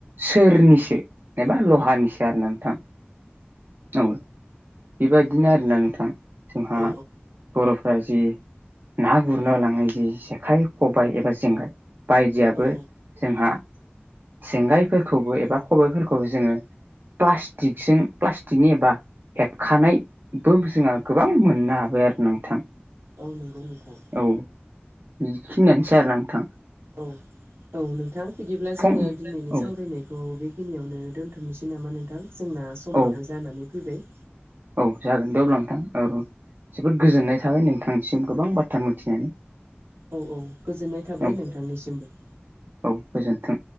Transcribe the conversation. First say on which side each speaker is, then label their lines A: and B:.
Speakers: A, on the right; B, on the right.
A: सोरनिसो एबा लहानिसो आरो नोंथां औ बेबायाददिनो आरोना नोंथां जोंहा
B: औ
A: बर'फ्रा जि ना गुरनो लांनाय जि जेखाइ खबाय एबा जेंगाइ बायदियाबो
B: औ
A: जोंहा सेंगायफोरखौबो एबा खबायफोरखौबो जोङो प्लास्टिकजों प्लास्टिकनि एबा हेबखानायबो जोंहा गोबां मोननो हाबाय आरो नोंथां
B: औ नंगौ नोंथां
A: औ बिखिनिआनोसै आरो नोथां
B: औ औ नोंथां बिदिब्ला
A: फं
B: जोङो दिनैनि
A: औ
B: सावरायनायखौ बे फैनियावनो दोन्थ'नोसै नामा नोंथां जोंना समाबो
A: औ
B: जानानै फैबाय
A: औ जागोन दे अब्ला नोंथां औ जोबोद गोजोननाय थाबाय नोंथांनिसिम गोबां बाथ्रा मिथिनानै
B: औ औ गोजोननाय थाबाय
A: औ
B: नोंथांनिसिमबो
A: औ गोजोन्थों